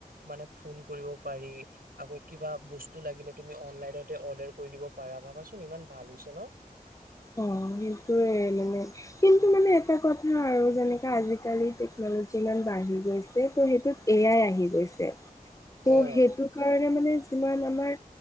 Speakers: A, on the right (about 90°); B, on the left (about 20°).
A: মানুহে ফোন কৰিব পাৰি আকৌ কিবা বস্তু লাগিলে তুমি অনলাইনতে অৰ্ডাৰ পাৰা। ভাবাচোন ইমান ভাল হৈছে ন '?
B: অঁ, সেইটোৱে মানে কিন্তু মানে এটা কথা আৰু যেনেকাে আজিকালি টেকন'লজি ইমান বাঢ়ি গৈছে। ত' সেইটোত এ আই আহি গৈছে। ত'
A: অ
B: সেইটো কাৰণে মানে যিমান আমাৰ